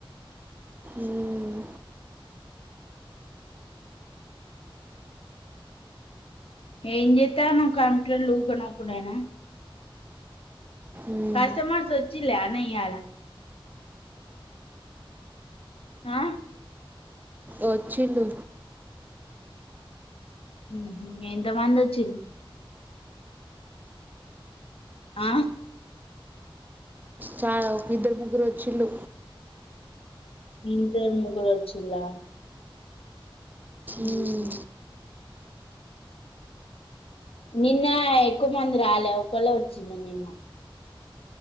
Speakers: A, on the right; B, on the left.
A: ఉమ్
B: ఏం చేస్తానవ్ కంప్యూటర్ లో ఊక నొక్కుడేనా
A: ఉమ్
B: కస్టమర్స్ వచ్చిలే నే ఇయ్యాల ఆ
A: వాచ్చుల్లు
B: హు హుమ్ ఎంతమంది వచ్చిల్ ఆ
A: చారౌ ఇద్దరు ముగ్గురు వచ్చిల్లు
B: నిద్దర్ ముగుల్ వచ్చిలా
A: ఉమ్
B: ఉ హూ నిన్న ఎక్కువ మంది రాలే ఒకలే వచ్చింది నిన్